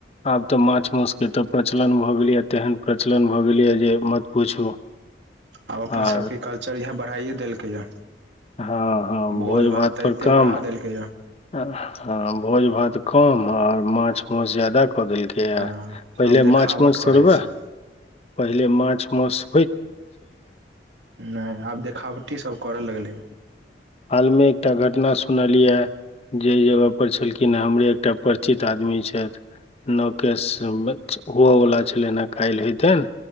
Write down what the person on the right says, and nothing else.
आब अपन
सभके कल्चर इएहाँ बढ़ाइए देलकैए।
भोज भात तऽ
एते
बढ़ा देलकै या
हँ
सब देखावट
करै
छै
नैय आब देखावटी सब करऽ लगलै ह